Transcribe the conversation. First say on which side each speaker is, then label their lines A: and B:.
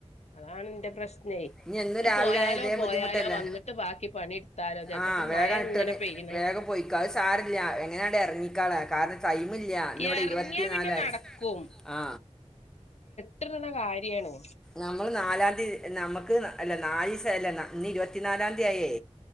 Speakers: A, on the left; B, in the centre.
A: അതാണന്റെ പ്രശ്നം.
B: ഇനി എന്നും രാവിലെ
A: പോയാലോ
B: ആയ ഇതേ
A: പോയാലോ
B: ബുദ്ധിമുട്ടല്ലേ
A: വന്നിട്ട് ബാക്കി പണി എടുത്താലോരിചാച്ച്
B: ആ
A: അപ്പ
B: വേഗം
A: മയങ്ങനെ
B: ഇട്ടറിഞ്ഞ്
A: പെയ്യ
B: വേഗം പോയിക്ക അത് സാരില്ല എങ്ങനാട് എറങ്ങിക്കാള കാരണം ടൈമില്ല ഇന്നിവിടെ
A: എറങ്ങിയാ
B: ഇരുവത്തി നാലായി
A: പിന്നെ നടക്കും
B: ആ
A: <unintelligible> കാര്യാണ്.
B: നമ്മൾ നാലാന്തി നമക്ക് അല്ല നാല്സം അല്ല ന ഇന്ന് ഇരുവത്തി നാലാന്തി ആയെ.